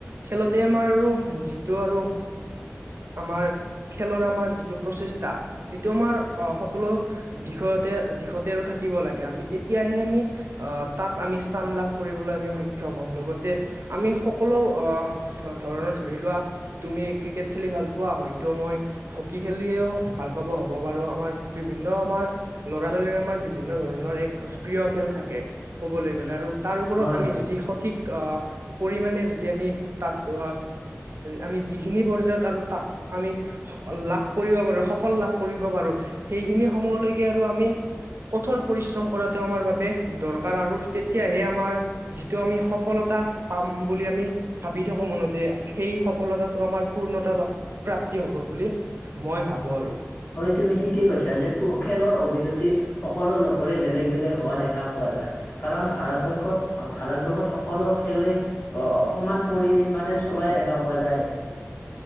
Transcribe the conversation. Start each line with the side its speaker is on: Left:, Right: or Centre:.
Right: খেলতে আমাৰ আৰু যিটো আৰু আমাৰ খেলৰ আমাৰ যিটো প্ৰচেষ্টা সেইটো আমাৰ আহ সকলো দিশত দিশতেৰ থাকিব লাগে আমি তেতিয়াহে আমি আহ তাত আমি স্থান লাভ কৰিবলৈ আমি সম ম হ'ম লগতে আমি সকলো অ ধৰণৰ ধৰি লোৱা তুমি ক্ৰিকেট খেলি ভাল পোৱা, হয়তো মই হকী খেলিয়েও ভাল পাব হ'ব পাৰ- আমাৰ বিভিন্ন আমাৰ ল'ৰা ছোৱালীৰৰে আমাৰ বিভিন্ন ধৰণৰ এক প্ৰিয় খেল থাকে। ক'বলৈ গ'লে আৰু তাৰ ওপৰত
Left: হয়
Right: আমি
Left: হয়
Right: যদি সঠিক অ পৰিমণে যদি আমি তাত আমি যিখিনি পৰ্যায়ত আৰু তাক আমি লাভ কৰিব পাৰো সফল লাভ কৰিব পাৰ আৰু সেইখিনি সময়লৈকে আৰু আমি কঠোৰ পৰিশ্ৰম কৰাটো আমাৰ বাবে দৰকাৰ আৰু তেতিয়াহে আমাৰ যিটো আমি সফলতা পাম বুলি আমি ভাবি থাকো মনতে সেই সফলতাটো আমাৰ পূৰ্ণতা প্ৰাপ্তি হব বুলি মই ভাবো আৰু
Left: হয় তুমি ঠিকেই কৈছা যে খেলৰ অভিৰুচি সকলো লোকৰে বেলেগ বেলেগ হোৱা দেখা পোৱা যায়। কাৰণ ভাৰতবৰ্ষত
Right: হয়
Left: ভাৰতবৰ্ষত সকলো খেলে অ সমান পৰিমাণে চলাই দেখা পোৱা যায়।